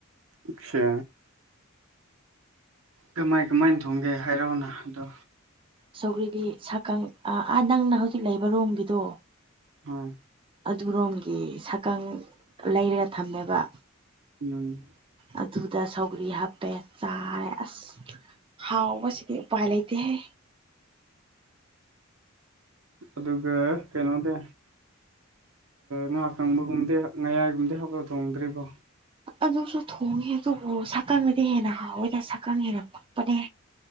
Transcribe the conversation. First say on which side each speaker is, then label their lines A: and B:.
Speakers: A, on the right (about 80°); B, on the right (about 25°).
A: ꯑꯁꯦ ꯀꯃꯥꯏ ꯀꯃꯥꯏꯅ ꯊꯣꯡꯒꯦ ꯍꯥꯏꯔꯛꯑꯣꯅ ꯑꯗꯣ
B: ꯁꯧꯒ꯭ꯔꯤꯒꯤ ꯁꯛꯀꯪ ꯑꯥ ꯅꯪꯅ ꯍꯧꯖꯤꯛ ꯂꯩꯕ ꯔꯣꯝꯒꯤꯗꯣ
A: ꯎꯝ
B: ꯑꯗꯨꯔꯣꯝꯒꯤ ꯁꯛꯀꯪ ꯂꯩꯔꯒ ꯊꯝꯃꯦꯕ
A: ꯎꯝ
B: ꯑꯗꯨꯗ ꯁꯧꯒꯔꯤ ꯍꯥꯞꯄꯦ ꯆꯥꯔꯦ ꯑꯁ ꯍꯥꯎꯕꯁꯤꯗꯤ ꯎꯄꯥꯏ ꯂꯩꯇꯦ ꯍꯦ
A: ꯑꯗꯨꯒ ꯀꯩꯅꯣꯗꯦ ꯉꯥ ꯀꯪꯕꯒꯨꯝꯗꯤ ꯉꯌꯥꯏꯒꯨꯝꯗꯤ ꯍꯄ ꯊꯣꯡꯗ꯭ꯔꯤꯕꯣ
B: ꯑꯗꯨꯁꯨ ꯊꯣꯡꯉꯦ ꯑꯗꯨꯕꯨ ꯁꯛꯀꯪꯅꯗꯤ ꯍꯦꯟꯅ ꯍꯥꯎꯋꯦꯗ ꯁꯛꯀꯪ ꯍꯦꯟꯅ ꯄꯥꯝ ꯄꯅꯦ